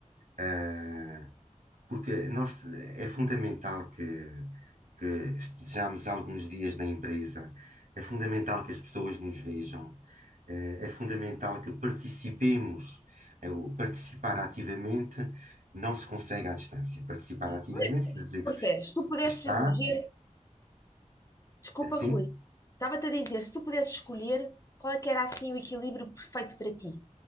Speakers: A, on the right; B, on the left.
A: ah, porque nós, é fundamental que, que estejamos alguns dias na empresa, é fundamental que as pessoas nos vejam, eh, é fundamental que participemos. Eh, o Participar ativamente não se consegue à distância. Participar ativamente
B: Como é que- O que
A: quer dizer
B: é que tu preferes?
A: que se,
B: Se tu pudesses
A: que se está,
B: eleger Desculpa,
A: sim
B: Rui. Estava-te a dizer, se tu pudesses escolher, qual é que era assim o equilíbrio perfeito para ti